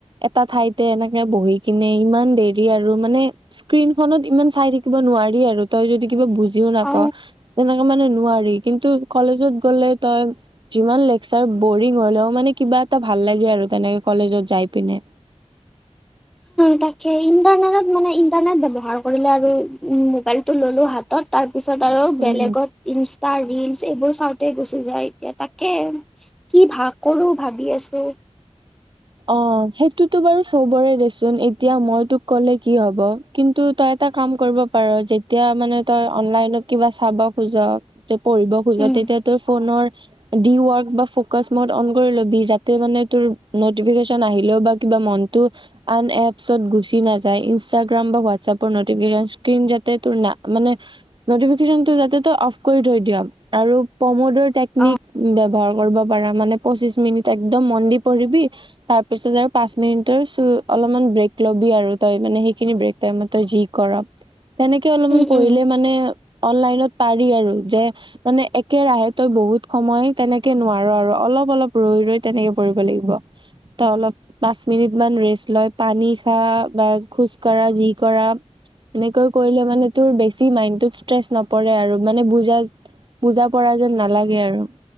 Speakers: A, on the right (about 45°); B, in the centre.
A: এটা ঠাইতে এনেকে বহি কিনে ইমান দেৰি আৰু মানে স্ক্ৰীনখনত ইমান চাই থাকিব নোৱাৰি আৰু তই যদি কিবা বুজি ও নাপাওঁ
B: অ
A: তেনেকে মানে নোৱাৰি। কিন্তু কলেজত গ'লে তই যিমান লেকচাৰ বৰিং হ'লে মানে কিবা ভাল লাগে আৰু তেনেকে কলেজত যায় পিনে।
B: তাকে ইণ্টাৰনেটত মানে ইণ্টাৰনেট ব্যৱহাৰ কৰিলে আৰু মোবাইলটো ল'লো হাতত। তাৰ পিছত আৰু বেলেগত
A: উম
B: ইনষ্টা ৰিলচ এইবোৰ চাওঁতে গুচি যায় এতিয়া তাকে। কি ভাগ কৰোঁ ভাবি আছোঁ।
A: অ', সেইটোতো বাৰু চবৰে দেচোন এতিয়া মই তোক কলে কি হ'ব। কিন্তু তই এটা কাম কৰিব পাৰ যেতিয়া মানে তই অনলাইনত কিবা চাব খোজো। তে পঢ়িব খোজা
B: উম
A: তেতিয়া তোৰ ফোনৰ দি ৱৰ্ক বা ফকাছ মুঠ অন কৰি ল'বি যাতে মানে তোৰ নোট নটিফিকেচন আহিলেও বা কিবা মনটো- আন এপছট গুচি নাযায়, ইনষ্টাগ্ৰাম বা হোৱাটছএপৰ নটিফিকেচন স্ক্ৰীন যাতে তোৰ না মানে- নটিফিকেচনৰ ডাটাটো অফ কৰি থৈ দিয়া আৰু পৰ্মোট- টোৰ টেকনিক
B: অ
A: ব্যৱহাৰ কৰিব পাৰা মানে, পঁচিশ মিনিট একদম মন দি পঢ়িবি, - তাৰপিছত আৰু পাঁচ মিনিটৰ অলমান ব্ৰেক ল'বি আৰু তই মানে সেইখিনি ব্ৰেক টাইমতে তই যি কৰ। তেনেকে অলমান
B: উম,
A: পঢ়িলে
B: উম।
A: মানে অনলাইনত পাৰি আৰু যে- মানে একেৰাহে তই বহুত সময় তেনেকে নোৱাৰো আৰু, অলপ অলপ ৰৈ ৰৈ তেনেকে পঢ়িব লাগিব। তয় অলপ- পাঁচ মিনিট মান ৰেষ্ট লৈ পানী খা বা খোজ কঢ়া যি কৰা, - এনেকৈ কৰিলে মানে তোৰ বেছি মাইডত ষ্ট্ৰেচ নপৰে আৰু মানে বুজা- বুজা পৰা যেন নালাগে আৰু।